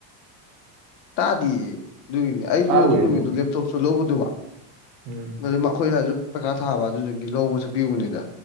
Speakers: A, on the left; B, on the right.
A: ꯇꯥꯗꯤꯌꯦ ꯑꯗꯨꯒꯤꯅꯦ ꯑꯩꯁꯨ
B: ꯇꯥꯔꯣꯏ
A: ꯑꯗꯨ ꯅꯨꯃꯤꯠꯇꯣ
B: ꯑꯗꯨꯕꯨꯗꯤ
A: ꯂꯦꯞꯇꯣꯞꯁꯨ ꯂꯧꯒꯗꯧꯕ
B: ꯎꯝ
A: ꯑꯗꯨ ꯃ ꯑꯈꯣꯏ ꯁꯥꯏꯁꯨ ꯄꯩꯈꯥ ꯊꯥꯕ ꯑꯗꯨꯗꯨꯒꯤ ꯂꯧꯕ ꯆꯠꯄꯤꯔꯨꯕꯅꯤꯗ